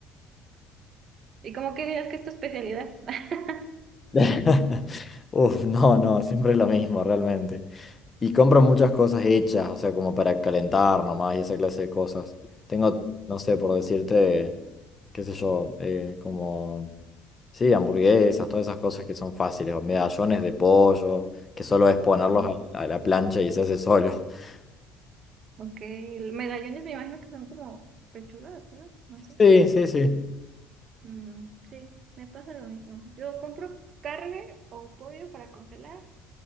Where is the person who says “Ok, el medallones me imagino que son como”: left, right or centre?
Right